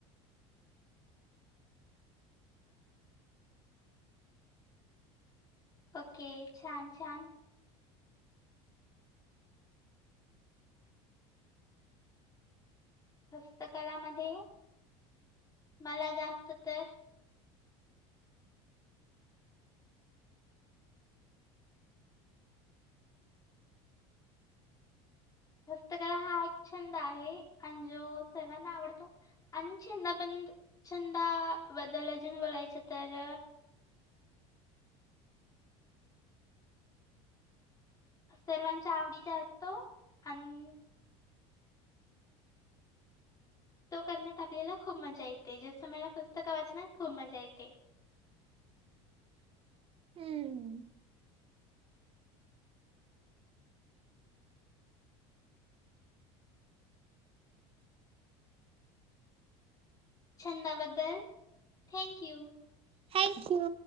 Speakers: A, on the left; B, on the right.
A: ओके छान छान. हस्तकलामध्ये मला जास्त तर हस्तकला हा एक छंद आहे आणि जो सर्वांना आवडतो. आणि छंद बंद छंदा बदल अजून बोलायचं तर सर्वांचा आवडीचा असतो आणि तो करण्यात आपल्याला खूप मजा येते जसं मला पुस्तक वाचण्यात खूप मजा येते.
B: हम्म
A: छंदाबद्दल थँक यू.
B: Thank you.